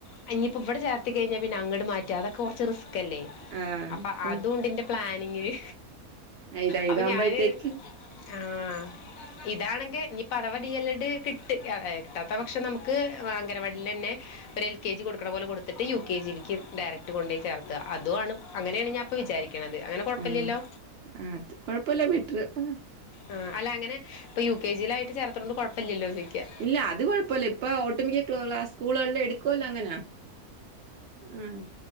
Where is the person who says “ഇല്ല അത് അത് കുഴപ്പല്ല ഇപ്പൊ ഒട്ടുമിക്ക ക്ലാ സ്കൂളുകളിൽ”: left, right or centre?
Right